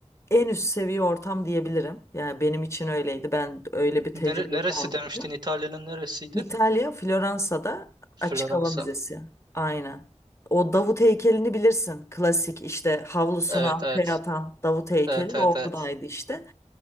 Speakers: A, on the left; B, on the right.
A: en üst seviye ortam diyebilirim. Yani benim için öyleydi. Ben öyle bir tecrübe
B: Nere- neresi
A: yaşamıştım.
B: demiştin? İtalya'nın neresiydi?
A: İtalya, Floransa'da Açık
B: Floransa.
A: Hava Müzesi. Aynen. O Davut heykelini bilirsin. Klasik işte havlusunu
B: Evet
A: arkaya
B: evet.
A: atan Davut heykeli
B: Evet evet
A: oradaydı
B: evet.
A: işte